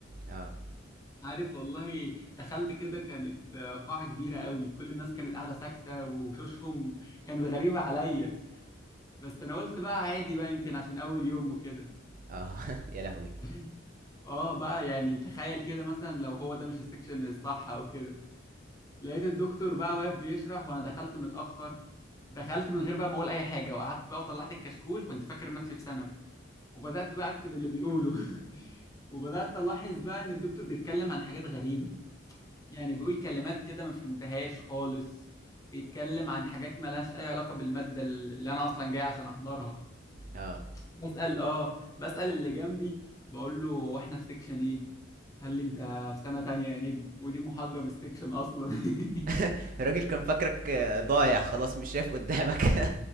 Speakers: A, on the right; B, on the left.
A: اه
B: عارف والله دخلت كده كانت آه، قاعة كبيرة قوي كل الناس كانت قاعدة ساكتة وشوشهم كانت غريبة عليا بس أنا قلت بقى عادي بقى يمكن عشان أول يوم وكده
A: اه <laughs> يا لهوي
B: <laughs> اه بقى يعني تخيل كده مثلا لو هو ده مش السكشن الصح أو كده لقيت الدكتور بقى واقف بيشرح وأنا دخلت متأخر دخلت من غير بقى ما أقول أي حاجة وقعدت بقى وطلعت الكشكول كنت فاكر نفسي في سنة وبدأت بقى أكتب اللي بيقوله <laughs> وبدأت ألاحظ بقى إن الدكتور بيتكلم عن حاجات غريبة يعني بيقول كلمات كده ما فهمتهاش خالص بيتكلم عن حاجات مالهاش اي علاقة بالمادة اللي انا اصلا جاي عشان احضرها
A: اه
B: بسأل اه بسأل اللي جنبي بقول له واحنا في سيكشن ايه قال لي انت في سنة تانية يا نجم ودي محاضرة من السيكشن اصلا <laughs>
A: <laughs> الراجل كان فاكرك آه، ضايع خلاص مش شايف قدامك <laughs>